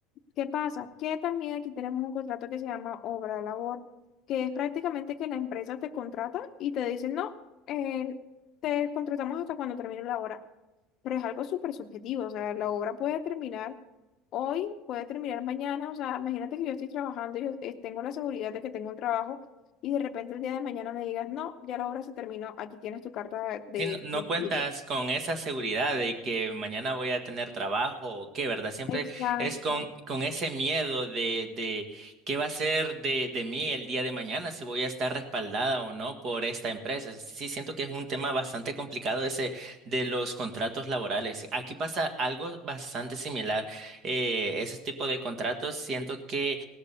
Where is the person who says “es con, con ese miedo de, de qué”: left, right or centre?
Right